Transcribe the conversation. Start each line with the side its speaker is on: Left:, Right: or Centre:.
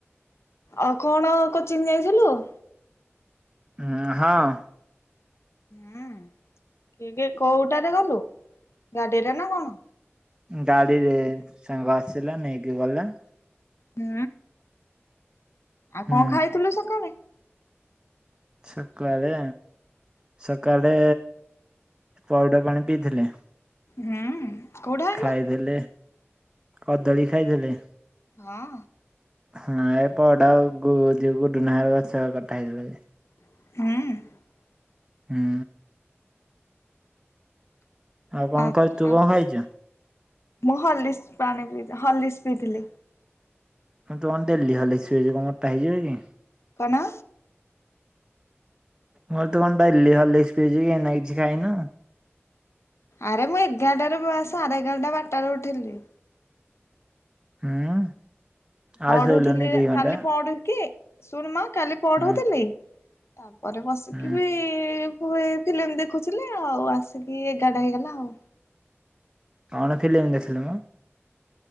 Left: ଆଉ କଣ କୋଚିଂ ଯାଇଥିଲୁ?
Right: ହଁ ହଁ।
Left: ହୁଁ କି କି କୋଉଟାରେ ଗଲୁ ଗାଡିରେ ନା କଣ
Right: ଗାଡିରେ ସାଙ୍ଗ ଆସିଲା ନେଇକି ଗଲା।
Left: ହଁ। ଆଉ
Right: ହୁଁ।
Left: କଣ ଖାଇଥିଲୁ ସକାଳେ?
Right: ସକାଳେ ସକାଳେ ପାଉଡା ପାଣି ପିଇଥିଲେ
Left: ହୁଁ। କୋଉଠୁ ଆଣିଲୁ?
Right: ଖାଇଦେଲେ। କଦଳୀ ଖାଇଦେଲେ
Left: ହଁ।
Right: ହଁ ଏ ପଡା ଯକୁ ଡୁନାହାର ଗଛ କଟା ହେଇଥିଲା ଯେ
Left: <inaudible>
Right: ହୁଁ। ଆଉ କଣ
Left: ଆଚ୍ଛା
Right: ଖଛୁ ତୁ
Left: ଆଉ
Right: କଣ ଖାଇଛୁ?
Left: ମୁଁ ହଲିସ୍ ପାଣି ପିଇ ହଲିସ୍ ପିଇଥିଲି
Right: ମୁଁ ତ କଣଡଲି ଖାଲି କମର ଟା ହେଇଯିବ କି
Left: କଣ?
Right: ମୋର ତୁ କଣ ଟଲି ନାଇ କିଛି ଖାଇନ
Left: ଆରେ ମୁଁ ଏଗାରଟାରେ ସାଢେ ଏଗାରଟା ବାରଟାରେ ଉଠେଇିଲି
Right: ହୁଁ।
Left: ପଡୁଥିଲି
Right: ଆଉ ଶୋଇଲୁନି ଦି ଘଣ୍ଟା
Left: କାଲି ପଡୁ କି ସୁରମା କାଲି ପଢୁଥିଲି।
Right: ହୁଁ
Left: ତା ପରେ ବସିକିବି
Right: ହୁଁ
Left: ହ ଏ ଫିଲ୍ମ ଦେଖୁଥିଲି ଆଉ ଆସିକି ଏଗାରଟା ହେଇଗଲା ଆଉ
Right: କଣ ଫିଲ୍ମ ଦେଖିଲୁ ମ